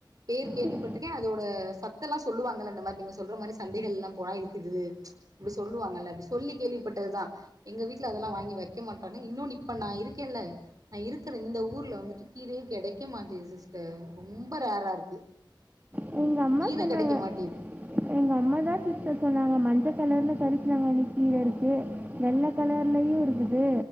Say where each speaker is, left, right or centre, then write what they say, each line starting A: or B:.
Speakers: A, on the right; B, on the right.
A: பேர் கேள்விப்பட்டுருக்கே
B: சரி
A: அதோட சத்த எல்லா சொல்லுவாங்கள அந்த மாரி நீங்க சொல்ற மாரி சந்தைகள் ல்லா போனா இருக்குது இப்டி சொல்லுவாங்கல்ல அப்டி சொல்லி கேள்விப்பட்டதுதா எங்க வீ ட்டுல அதெல்லா வாங்கி வெக்க மாட்டாங்க இன்னொ இப்ப நா இருக்கேல நா இருக்கிற இந்த ஊர்ல வந்துட்டு கீரயே கெடைக்க மாட்டேங்குது சிஸ்டர் ரொம்ப ரேரா இருக்கு
B: ம் எங்க அம்மா
A: கீர
B: சொன்னாங்க
A: கெடைக்க மாட்டேது
B: எங்க அம்மா தா சிஸ்டர் சொன்னாங்க மஞ்ச கலர்ல கரிசலாங்கண்ணி கீர இருக்கு வெள்ள கலர்லயு இருக்குது